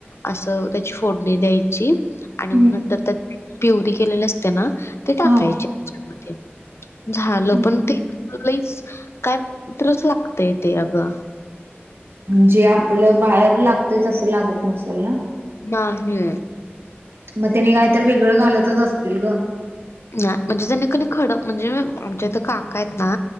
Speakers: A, on the left (about 80°); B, on the right (about 65°).
A: असं. त्याची फोडणी द्यायची. आणि
B: हम्म
A: मग नंतर त्यात प्युरी केलेली असते ना. ते टाकायचे
B: हा
A: त्यामध्ये. झालं.
B: हम्म
A: पण
B: हम्म
A: तेत
B: हम्म
A: लईच काय विचित्र लागतय ते अगं.
B: जे आपलं बाहेर लागतय, तसं लागत नसल ना?
A: नाही.
B: मग त्याने काय तर वेगळं घालतच असतील ग.
A: नाही म्हणजे त्यांनी कनी खड, म्हणजे आमच्या इथं काकायेत ना.